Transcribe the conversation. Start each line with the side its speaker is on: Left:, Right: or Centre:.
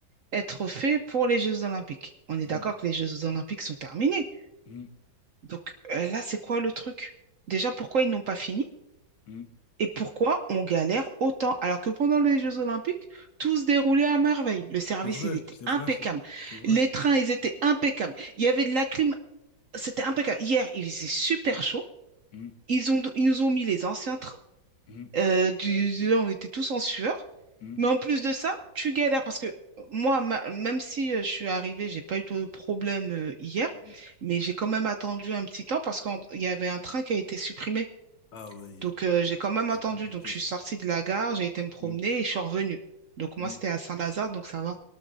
Right: être fait pour les Jeux Olympiques. On est
Left: Mhm,
Right: d'accord que les Jeux Olympiques sont terminés.
Left: mhm,
Right: Donc euh, là, c'est quoi le truc? Déjà, pourquoi ils n'ont pas fini?
Left: mhm.
Right: et pourquoi on galère autant alors que pendant les Jeux Olympiques, tout se déroulait à merveille. Le service,
Left: C'est vrai,
Right: il était
Left: c'est vrai
Right: impeccable.
Left: ça. C'est vrai.
Right: Les trains, ils étaient impeccables. Il y avait de la clim, c'était impeccable. Hier, il faisait super chaud.
Left: Mhm,
Right: Ils ont, ils nous ont mis les anciens trains.
Left: mhm,
Right: Euh, du, du- on était tous en sueur.
Left: mhm,
Right: Mais en plus de ça, tu galères parce que moi, ma- même si euh, je suis arrivée, j'ai pas eu de problème euh, hier,
Left: mhm.
Right: mais j'ai quand même attendu un petit temps parce qu'il y avait un train qui a été supprimé.
Left: Ah oui,
Right: Donc, euh, j'ai quand même
Left: c'est
Right: attendu.
Left: compliqué.
Right: Donc, je suis sortie de la gare, j'ai été me promener
Left: Mhm,
Right: et je suis revenue. Donc,
Left: mhm,
Right: moi, c'était à Saint-Lazare, donc ça va.